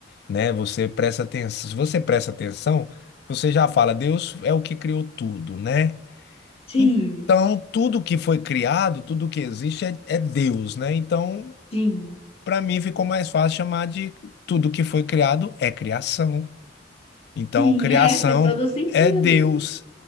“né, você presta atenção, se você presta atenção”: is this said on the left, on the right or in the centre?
Left